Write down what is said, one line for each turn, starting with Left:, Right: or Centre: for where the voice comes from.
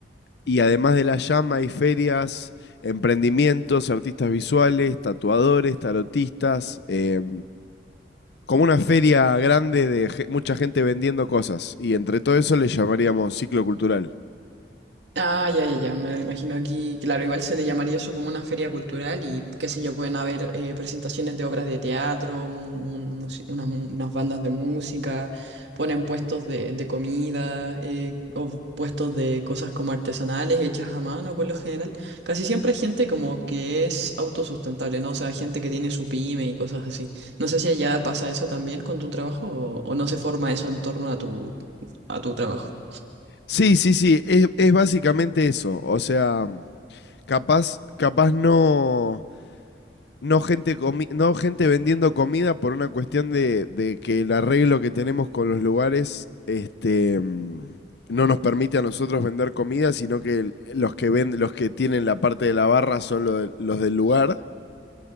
Left: Y además de la llama, hay ferias, emprendimientos, artistas visuales, tatuadores, tarotistas. eh, como una feria grande de ge- mucha gente vendiendo cosas. Y entre todo eso le llamaríamos ciclo cultural.
Right: Ah, ya, ya, ya, me lo imagino aquí. Claro, igual se le llamaría eso como una feria cultural y qué sé yo, pueden haber eh, presentaciones de obras de teatro, un- un musi- unas, unas bandas de música, ponen puestos de, de comida eh, o puestos de cosas como artesanales hechas a mano por lo general. Casi siempre hay gente como que es autosustentable, ¿no? O sea, gente que tiene su pyme y cosas así. No sé si allá pasa eso también con tu trabajo o, o no se forma eso en torno a tu, a tu trabajo.
Left: Sí, sí, sí, es, es básicamente eso. O sea, capaz, capaz no, No gente, comi- no gente vendiendo comida por una cuestión de, de que el arreglo que tenemos con los lugares este, mm, no nos permite a nosotros vender comida, sino que el- los que venden, los que tienen la parte de la barra son lo de- los del lugar.